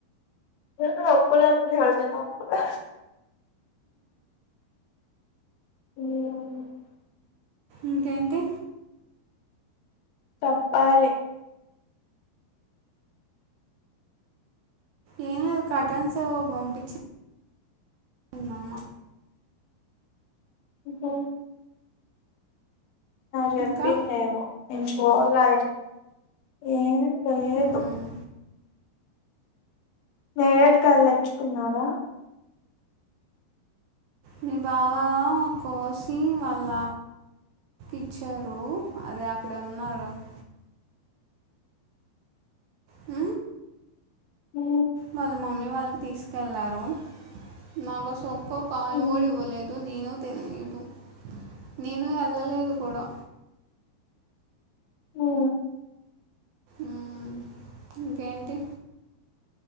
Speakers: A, on the left; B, on the right.
A: నిన్న ఒక్కక్ల హసనిత ఒక్కాకుల మ్
B: ఇంకేంటి.
A: తప్పాలి.
B: ఏమో కటన్స్ అవి పంపించి. ఉ నమ్మ.
A: ఓ. చెప్పిందేమో
B: ఇంకా
A: నేను చూడలే ఏం లేదు.
B: మ్మ్.
A: నేరేడు కారులు ఎచ్చుకున్నారా.
B: మీ బావా కోసి వాళ్ళ. ఇచ్చారు అదే అక్కడే ఉన్నారు కదా. హ.
A: హ
B: వాళ్ళ మమ్మీ వాళ్ళకి తీసుకెళ్ళారు నాకు సోక్క. కాయ
A: మ్మ్
B: కూడా ఇవ్వలేదు నేను తినలేదు నేను వెళ్ళలేదు కూడా.
A: ఉ
B: మ్మ్. ఇంకేంటి.